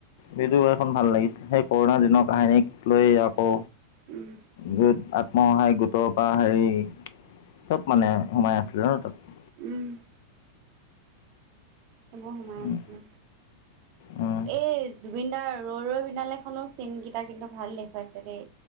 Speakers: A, on the left; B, on the right.
A: বিদূৰ ভাই খন ভাল লাগিছিল, সেই কৰোণাৰ দিনৰ কাহিনীক লৈ আকৌ
B: উম
A: গোট আত আত্মসহায়ক গোটৰ পৰা হেৰি চব মানে সোমাই আছিলে ন তাত
B: উম সেইবোৰ সোমাই
A: উম,
B: আছে।
A: উম,
B: এই জুবিনদাৰ ৰৈ ৰৈ বিনালে খনৰ চিনকেইটা কিন্তু ভাল দেখুৱাইছে দেই।